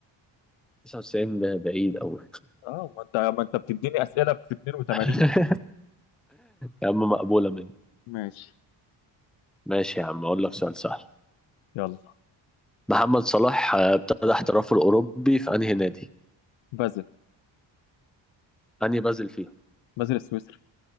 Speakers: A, in the centre; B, on the left.
A: 99 بعيد قوي
B: اه ما انت ما انت بتديني اسئله في 82
A: <laughs> يا عم مقبوله مني
B: ماشي
A: ماشي يا عم اقول لك سؤال سهل
B: يلا
A: محمد صلاح آه، ابتدى احترافه الأوروبي في أنهي نادي؟
B: بازل
A: أنهي بازل فيهم؟
B: بازل السويسري